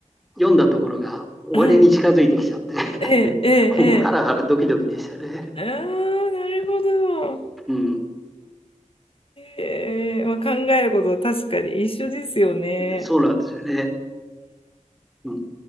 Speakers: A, in the centre; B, on the left (about 45°).
A: う読んだところが終わりに近づいてきちゃって、
B: はい。
A: <laughs>
B: ええ、ええ、
A: もうハラハラドキドキでしたね。
B: ええ。ああ、なるほど。
A: うん、
B: ええ、まあ、考えることは確かに一緒ですよね。
A: そうなんですよね。う